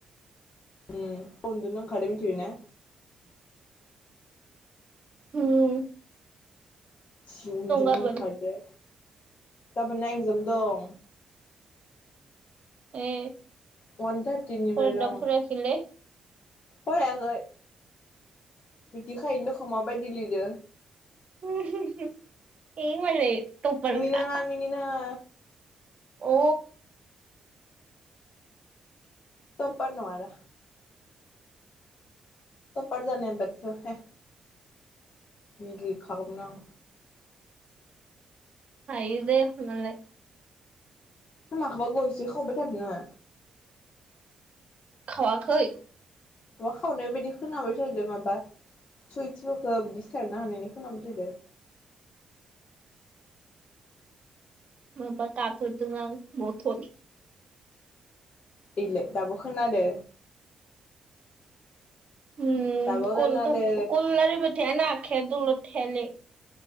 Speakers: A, on the left (about 55°); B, on the right (about 50°).
A: उ उनन्दुनो ओंखारादो मिथिबाय ना
B: होम
A: सि उमन्दुनो
B: गाबोन
A: ओंखारदों। गाबोन ना एगजाम दं।
B: ए
A: वान थारटिनिफ्राय
B: फरायदोंना
A: दं।
B: फरायाखैलै
A: फरायाखै मिथिखायनो दख माबायदि लिरो।
B: <unintelligible> ए मालाय टपारखा
A: मिनि नाङा मिनि नांङा
B: अ
A: तफफोर नवार तपार जानाय बायदिबाथाय रिदि खालामनो आं
B: हायो दे मालाय
A: माखौबा गयसो खावबाय थादों नोङो?
B: खावाखै
A: माबा खावनाय बायदि खोनाबायथारदो माबा सुइसफोरखो बिदि सेरनो हानायनि खोनाबायथादो।
B: मबा गाबहोदों आं बथल
A: ओइलाय दाबो खोनादो।
B: उम
A: दाबो खोनादो
B: कलखा कल लारायबायथाय आंना आखाया दलर थायालै।